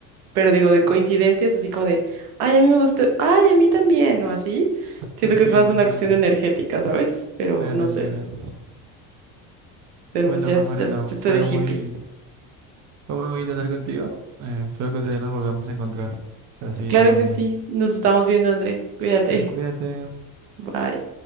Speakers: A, on the right (about 85°); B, on the right (about 40°).
A: pero digo de coincidencias,
B: ¿no?
A: así como de, ay, a mí me gustó ay, a mí también, o así. Siento
B: Ah, Sí,
A: que es más una
B: o sea,
A: cuestión energética, ¿sabes? Pero
B: claro,
A: no sé,
B: claro.
A: pero
B: Bueno,
A: pues ya,
B: pues
A: ya,
B: Mariano,
A: ya
B: fue
A: estoy de
B: muy
A: hippie.
B: Fue muy bonito hablar contigo. Eh, espero que te nos volvamos a encontrar para seguir
A: Claro
B: hablando.
A: que sí, nos estamos viendo, André. Cuídate,
B: Ah, Cuídate.
A: <laughs> bye.